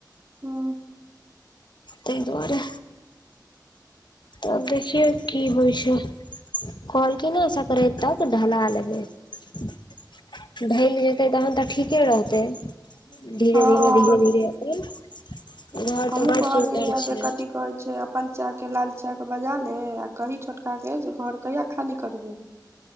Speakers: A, on the right; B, on the left.
A: हूँ
B: तहि दुआरे तब देखियौ की होइ छै कहलखिन हन सकराइत तक ढला लेबै ढैल जेतै तखन तऽ ठीके रहतै धीरे
A: हँ
B: धीरे धीरे धीरे अपन घर
A: हमहूँ
B: तऽ बड़
A: कहलियै
B: सुन्दर
A: ये जे
B: छै
A: कथी कहै छै अपन चाहके लाल चाचाके बजा ले आ कही छोटका के जे घर कहिआ खाली करबी